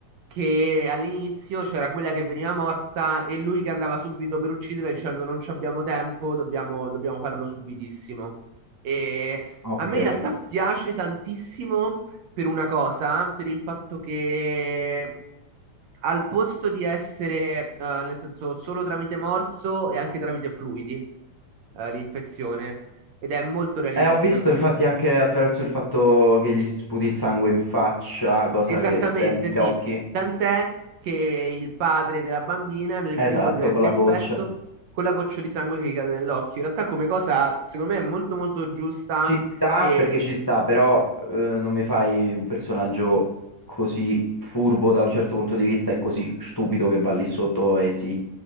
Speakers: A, on the right; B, on the left.
A: che all'inizio c'era quella che veniva morsa e lui che andava subito per uccidere dicendo non ci abbiamo tempo, dobbiamo, dobbiamo farlo subitissimo. E
B: Ok.
A: a me in realtà piace tantissimo per una cosa, per il fatto che al posto di essere, eh, nel senso, solo tramite morso e anche tramite fluidi, eh, l'infezione, ed è molto realistica
B: Eh, ho visto
A: come...
B: infatti
A: co-
B: anche attraverso il fatto che gli si sputi il sangue in faccia, cosa
A: Esattamente,
B: che c'è negli
A: sì.
B: occhi.
A: Tant'è che il padre della bambina nel
B: Esatto,
A: primo diventa
B: con la
A: infetto
B: goccia.
A: con la goccia di sangue che gli cade nell'occhio. In realtà come cosa, secondo me, è molto molto giusta
B: Ci sta
A: e,
B: perché ci sta, però eh, non mi fai un personaggio così furbo da un certo punto di vista e così stupido che va lì sotto e si,